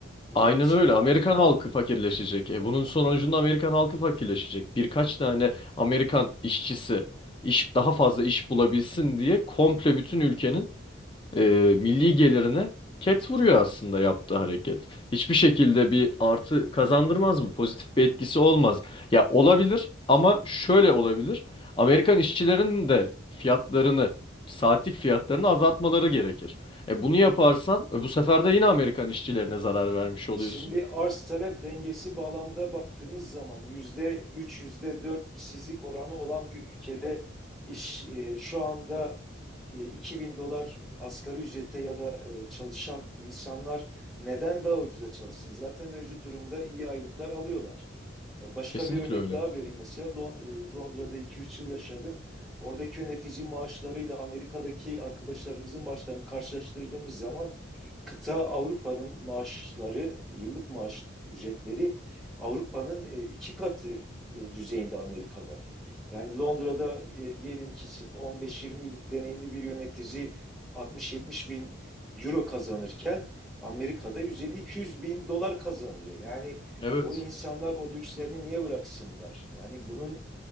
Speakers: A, in the centre; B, on the left.
A: Doğru
B: Aynen
A: bir şey
B: öyle.
A: yapmıyor.
B: Amerikan halkı fakirleşecek. E bunun sonucunda Amerikan halkı fakirleşecek. Birkaç tane Amerikan işçisi iş daha fazla iş bulabilsin diye komple bütün ülkenin e, milli gelirini ket vuruyor aslında yaptığı hareket. Hiçbir şekilde bir artı kazandırmaz mı? Pozitif bir etkisi olmaz. Ya olabilir ama şöyle olabilir. Amerikan işçilerinin de fiyatlarını, saatlik fiyatlarını azaltmaları gerekir. E bunu yaparsan e, bu sefer de yine Amerikan işçilerine zarar vermiş oluyorsun.
A: E şimdi arz talep dengesi bağlamda baktığımız zaman yüzde üç, yüzde dört işsizlik oranı olan bir ülkede iş e, şu anda e, 2000 dolar asgari ücrete ya da e, çalışan insanlar neden daha ucuza çalışsın? Zaten mevcut durumda iyi aylıklar alıyorlar. Ya başka
B: Kesinlikle
A: bir örnek
B: öyle.
A: daha vereyim mesela Lon- e, Londra'da 2-3 yıl yaşadım. Oradaki yönetici maaşlarıyla Amerika'daki arkadaşlarımızın maaşlarını karşılaştırdığımız zaman kıta Avrupa'nın maaşları, yıllık maaş ücretleri Avrupa'nın e, iki katı e, düzeyinde Amerika'da. Yani Londra'da e, diyelim ki 15-20 yıllık deneyimli bir yönetici 60-70 bin euro kazanırken Amerika'da 150-200 bin dolar kazanıyor. Yani
B: Evet.
A: o insanlar o lükslerini niye bıraksınlar? Yani bunun